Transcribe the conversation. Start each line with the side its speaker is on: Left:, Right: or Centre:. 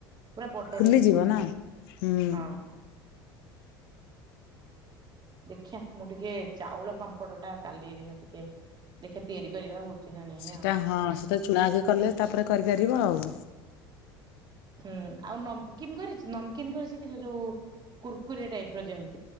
Right: ପୁରା ବଡ଼ଟେ
Left: ଫୁଲିଯିବ
Right: ହେଇଯିବ।
Left: ନା ହୁଁ।
Right: ହଁ ଦେଖିଆ ମୁଁ ଟିକେ ଚାଉଳ ପାମ୍ପଡ଼ ଟା କାଲିରେ ଟିକେ ଦେଖିବା ତିଆରି କରିବା ହଉଛି ନା ନାଇଁ
Left: ସେଟା
Right: ଆଉ।
Left: ହଁ ସେଟା ଚୁଣାକ କଲେ ତାପରେ କରିପାରିବ ଆଉ।
Right: ହୁଁ ଆଉ ନମକିନ କରିଛି ନମକିନ୍ କରି ଶିଖିଛ ଯୋଉ କୁୁରକୁରିଆ ଟାଇପ ର ଯେମତି